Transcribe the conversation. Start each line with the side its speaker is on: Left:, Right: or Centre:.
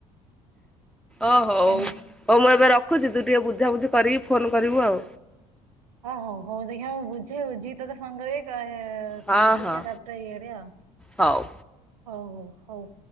Centre: ଓହୋ ହଉ
Right: କେନା
Centre: ହଉ ମୁଁ ଏବେ ରଖୁ ରଖୁଛି ତୁ ଟିକେ ବୁଝାବୁଝି କରିକି ଫୋନ୍ କରିବୁ ଆଉ।
Right: ହଁ ହୋଉ ହଉ ଦେଖିବା ମୁଁ ବୁଝେ ବୁଝିକି ତତେ ଫୋନ କରିକି କହି ଆ
Centre: ହଁ
Right: ଦେଖିବା
Centre: ହଁ
Right: ଟ୍ରାକ୍ଟର ଇଏ ରେ ଆଉ।
Centre: ହଉ।
Right: ହଉ ହଉ ହଉ।